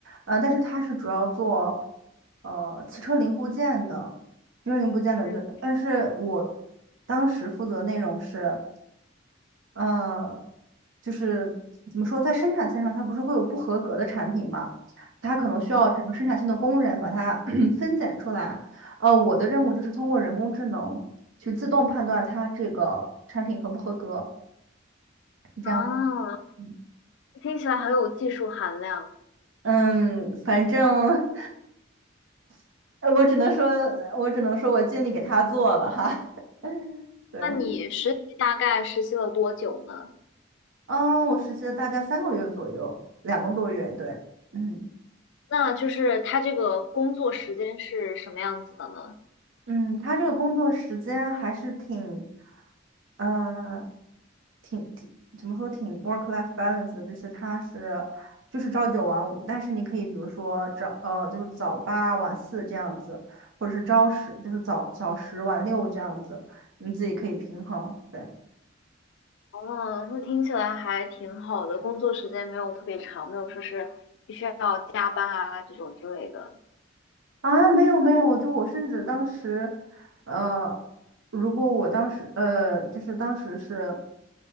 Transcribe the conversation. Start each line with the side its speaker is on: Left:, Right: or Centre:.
Right: 呃，但是它是主要做，呃，汽车零部件的，汽车零部件的，
Left: 嗯，
Right: 对。但是我当时负责内容是，呃，就是怎么说，在生产线上它不是会有不合格的产品嘛，它可能需要这个生产线的工人把它
Left: 对，
Right: <clears throat> 分拣出来。哦，我的任务就是通过人工智能去自动判断它这个产品合不合格，是这样。
Left: 啊，
Right: 嗯，
Left: 听起来很有技术含量。
Right: 嗯反正 <laughs> 呃我只能说，我只能说我尽力给他做了哈。<laughs> 对，
Left: 那嗯你实习大概实习了多久呢？
Right: 嗯，我实习了大概三个月左右，两个多月，对，嗯。
Left: 那就是他这个工作时间是什么样子的呢？
Right: 嗯，他这个工作时间还是挺，呃，挺挺怎么说，挺 work-life balance 的，就是他是就是朝九晚五，但是你可以比如说早呃就是早八晚四这样子，或者是朝十就是早早十晚六这样子，你自己可以平衡。对。
Left: 哦，那听起来还挺好的，工作时间没有特别长，没有说是必须要加班啊这种之类的，
Right: 啊，没有没有，我就我甚至当时，呃，如果我当时呃，就是当时是